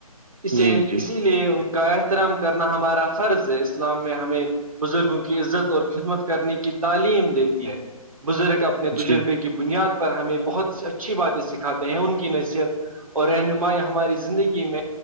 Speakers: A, on the right; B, on the right.
A: اسی
B: جی جی
A: لیے ان کا احترام کرنا ہمارا فرض ہے اسلام میں ہمیں بزرگوں کی عزت اور خدمت کرنے کی تعلیم دیتی ہے بزرگ اپنے تجربے
B: جی
A: کی بنیاد پر ہمیں بہت اچھی باتیں سکھاتے ہیں ان کی نصیت اور رہنمائی ہماری زندگی میں